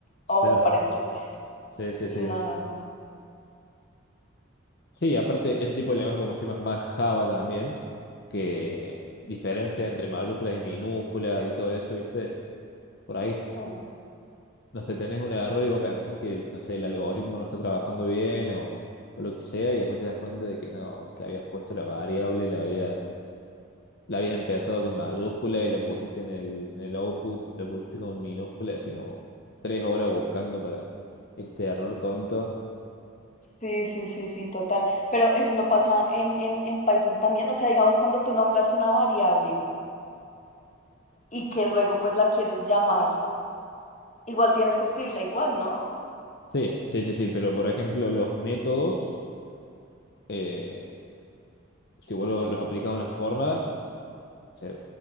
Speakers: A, on the left; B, on the left.
A: o
B: Claro,
A: un paréntesis.
B: sí, sí,
A: Y
B: sí.
A: no, no,
B: Sí, aparte, ese tipo de lenguaje como se llama más Java también, que diferencia entre mayúsculas y minúsculas y todo eso, ¿viste? Por ahí
A: no.
B: no sé, tenés un error y vos pensás que, no sé, el algoritmo no está trabajando bien o, o lo que sea, y después te das cuenta de que no, que habías puesto la variable, la habías, la habías empezado con mayúscula y la pusiste en el, en el output, la pusiste con minúscula, sino tres horas buscando para este error tonto.
A: Sí, sí, sí, sí, sí, total. Pero eso no pasa en, en, en Python también. O sea, digamos, cuando tú nombras una variable y que luego pues la quieres llamar, igual tienes que escribirla igual, ¿no?
B: Sí, sí, sí, sí, pero por ejemplo, los métodos, eh, si vos lo- los, aplicas de una forma, o sea,